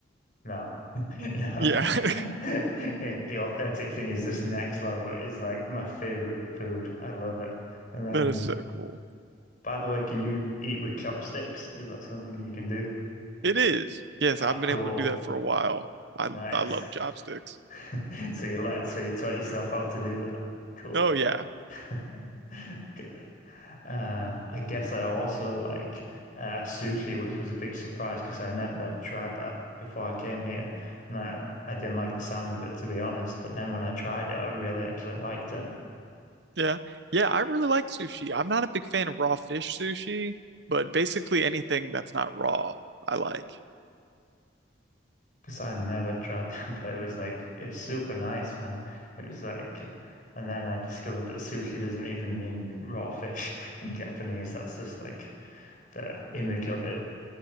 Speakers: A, on the left; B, on the right.
A: no. <laughs> No,
B: Yeah.
A: <laughs>
B: <laughs>
A: the authentic thing is just next level. It is like my favorite food. I love it. And then,
B: That is so cool.
A: by the way, can you eat with chopsticks? Is that something you can do?
B: It is. Yes,
A: Ah,
B: I've been
A: cool.
B: able to do that for a while. I
A: Nice.
B: I love chopsticks.
A: <laughs> So you learned, so you taught yourself how to do that. Cool.
B: Oh yeah.
A: <laughs> Good. Uh, I guess I also like uh, sushi, which was a big surprise because I never tried that before I came here, and I I didn't like the sound of it to be honest. But then when I tried it, I really actually liked it
B: Yeah. Yeah, I really like sushi. I'm not a big fan of raw fish sushi, but basically anything that's not raw, I like.
A: because I never tried it, <laughs> but it was like it was super nice, man. It was like. And then I discovered that sushi doesn't even mean raw fish <laughs> in Japanese. That's just like the image of it.